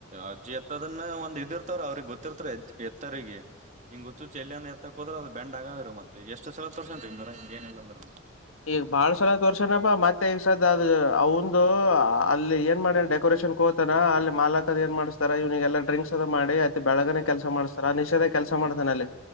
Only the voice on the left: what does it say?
ಈಗ ಬಾಳ್ ಸಲ ತೋರ್ಸನಪ್ಪ ಮತ್ತೆ ಈಗ ಸದ ಅದು ಅವಂದು ಅಲ್ಲಿ ಏನ್ ಮಾಡ ಡೆಕೋರೇಷನ್ ಕೋತಾರ ಅಲ್ಲಿ ಮಾಲಕ್ದ್ ಏನ್ ಮಾಡ ಇವಿಗೆಲ್ಲ ಡ್ರಿಕ್ಸ್ ಅ ಮಾಡಿ ಅ ಬೆಳಗ ಕೆಲಸ ಮಾಡ್ತಾರೆ ನಿಷೇಧ ಕೆಲಸ ಮಾಡ್ತಾನೆ ಅಲ್ಲಿ